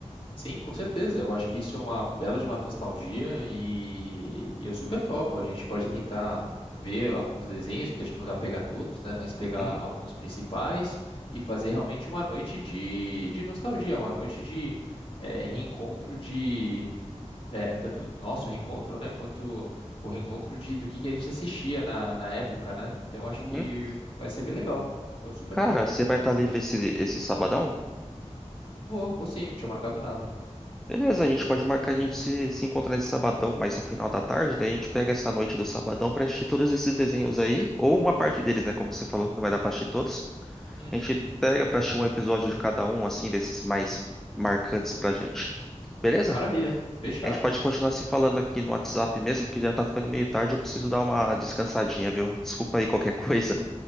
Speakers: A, on the left; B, in the centre.
A: Sim, com certeza. Eu acho que isso é uma bela de uma nostalgia e, e eu super topo. A gente pode tentar ver alguns desenhos, porque acho que não dá pra pegar todos, né? Mas pegar
B: Uhum,
A: alguns principais e fazer realmente uma noite de, de nostalgia, uma noite de eh, reencontro de, É, tanto nosso reencontro, né, quanto o reencontro de, do que, que a gente assistia na, na época, né? Então acho
B: uhum.
A: que vai ser bem legal. Eu super
B: Cara,
A: topo.
B: você vai estar livre esse, esse sabadão?
A: Vou, vou sim, não tinha marcado nada.
B: Beleza, a gente pode marcar a gente se, se encontrar nesse sabadão, mas no final da tarde, daí a gente pega essa noite do sabadão pra assistir todos esses desenhos aí, ou uma parte deles, né? Como você falou que não vai dar pra assistir todos.
A: Uhum,
B: A gente pega pra assistir um episódio de cada um, assim, desses mais marcantes pra gente. Beleza?
A: maravilha, fechado.
B: A gente pode continuar se falando aqui no WhatsApp mesmo, porque já tá ficando meio tarde, eu preciso dar uma descansadinha, viu? Desculpa aí qualquer <laughs> coisa.